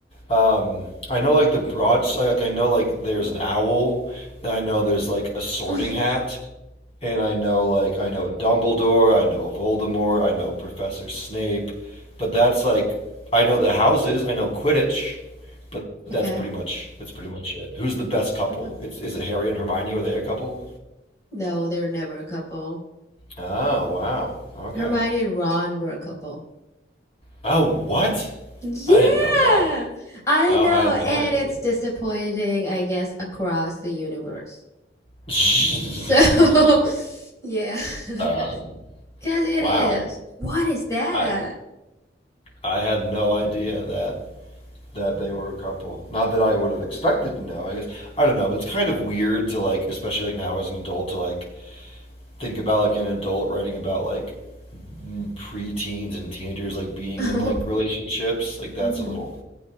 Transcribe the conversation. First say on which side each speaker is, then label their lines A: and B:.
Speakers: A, on the left; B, on the left.
A: um I know like the broad like I know like there's an owl. And I know there's like a sorting
B: <laughs> hmm
A: hat, and I know like I know Dumbledore, I know Voldemort, I know Professor Snape, but that's like I know the houses, I know Quidditch, but that's
B: Okay.
A: pretty much that's pretty much it. Who's the best couple?
B: Okay.
A: It's, is it Harry and Hermione? Were they a couple?
B: No, they're never a couple.
A: Oh wow, okay.
B: Hermione and Ron were a couple.
A: Oh what?
B: Yeah,
A: I didn't know that.
B: I
A: Oh,
B: know,
A: I had no
B: and
A: idea.
B: it's disappointing, I guess, across the universe.
A: <laughs>
B: So, <laughs> yeah, <laughs>
A: um,
B: because it
A: wow,
B: is. What is that?
A: I I had no idea that that they were a couple. Not that I would have expected to know. I guess I don't know. It's kind of weird to like, especially like now as an adult, to like think about like an adult writing about like m- preteens and teenagers like
B: <laughs>
A: being
B: hmm
A: in like relationships. Like that's
B: No,
A: a little.